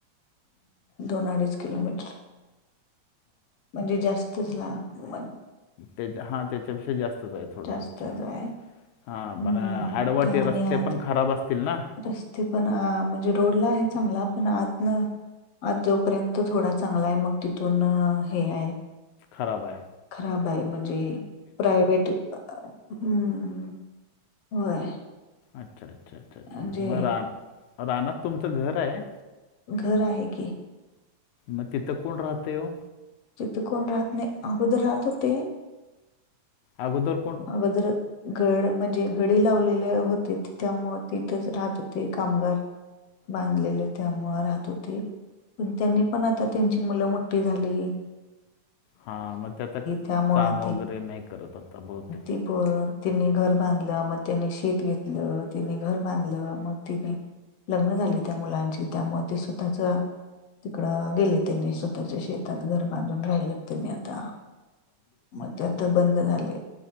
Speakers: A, on the left; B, on the left.
A: दोन अडीच किलोमीटर. म्हणजे जास्तच लांब आहे.
B: त्याच्या हा त्याच्यापेक्षा जास्तच आहे. थोडं
A: जास्तच
B: अच्छा
A: आहे
B: हा
A: हम्म
B: पण आडवाटी
A: ते आणि
B: रस्ते
A: आत
B: पण खराब असतील ना?
A: रस्ते पण म्हणजे रोडला आहे चांगला पण आतन आजोपर्यंत थोडा चांगला आहे मग तिथून हे आहे.
B: खराब आहे.
A: खराब आहे म्हणजे प्रायवट हम् होय.
B: अच्छा अच्छा अच्छा अच्छा
A: म्हणजे
B: मग रा राणात तुमचं घर आहे??
A: घर आहे की.
B: मग तिथं कोण राहत हो.
A: जिथे कोण राहत नाही अगोदर राहत होते.
B: अगोदर
A: अगदर गड म्हणजे गडी लावलेले हो त्यामु तिथंच राहत होते कामगार बांधलेले त्यामुळे राहत होते. पण त्यांनी पण आता त्यांची मुलं मोठी झाली‌.
B: हा मग त्या आता
A: त्यामुळं
B: काम वगैरे नाही करत होता बहुतेक.
A: त प तिनी घर बांधलं मग त्यांनी शेत घेतलं तिनी घर बांधलं मग तिनी. लग्न झाली त्या मुलांची त्यामुळे ते स्वतःच. तिकडं गेले त्यांनी स्वतःच्या शेतात घर बांधून राहिलं. त्याने आता मग ते आता बंद झाले.